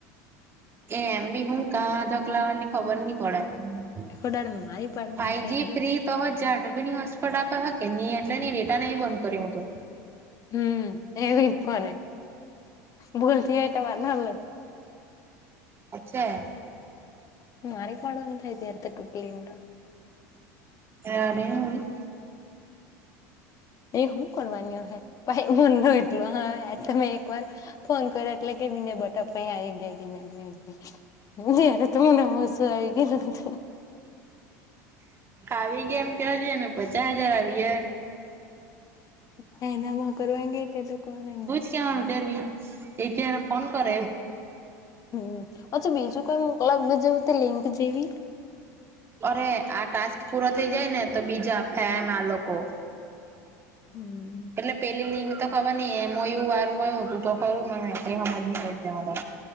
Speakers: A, on the right (about 30°); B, on the left (about 40°).
A: એ એમ બી હું કા ધકલાવાની ખબર ન પડ
B: આખો દાડો મારી પાડવાનું
A: ફાઈવ
B: થાય
A: જ
B: હતું.
A: ફિજ- તો હજાર રૂપિયા ની હસફટ આપા હ કે નહી એટલે ની ડેટા નહી બંધ કર્યું હતું.
B: હમ એવી કોને બોલથી એટ વાર નાર લ.
A: અચ્છા.
B: મારીક વાડઈર તક ક્લીન્ર.
A: એયા મેન મુવી.
B: એ શું કરવાની હશે ભાઈ મ ન એટલું હ તમે એક વાર ફોન કર એટલે કે બને બટા આવી ગયા કે જા. ત મેને હસ એ કીધુ તુ.
A: આવી ગેમ કેજને પચાસ હજાર આવી હ.
B: હ નામ કરવાવાંગીઈ તો કોવારની
A: કેવા તાર એટ ફન કર.
B: હમ અચ્છા બીજું કઈ મોકલાલ જવ તે લિંક જેવી.
A: અરે આ ટાસ્ક પૂરો થઇ જાય ને તો બીજા આપે એમ આ લોકો.
B: હમ.
A: એટલે પેલી લિંક તો ખબર નઈ એ એવું વારું કયું હતું તો ખરું મને કઈ સમજ નહી.